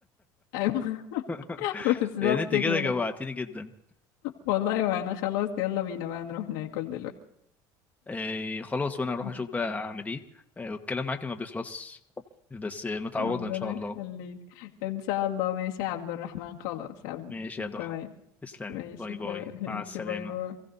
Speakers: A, on the left (about 85°); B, on the left (about 15°).
A: ايوه
B: <laughs>
A: <laughs> بالظبط
B: لان انت
A: كده
B: كده جوعتيني جدا
A: والله وانا خلاص يلا بينا بقى نروح ناكل
B: آه خلاص وانا اروح
A: دلوقتي
B: اشوف بقى اعمل ايه آه والكلام معاكي ما بيخلص بس آه، متعوضه
A: ربنا
B: ان شاء الله
A: يخليك ان شاء الله ماشي يا عبد الرحمن خلاص يا عبد
B: ماشي يا ضحى
A: تمام
B: تسلمي
A: ماشي
B: باي
A: تمام
B: باي
A: ماشي
B: مع السلامه
A: باي باي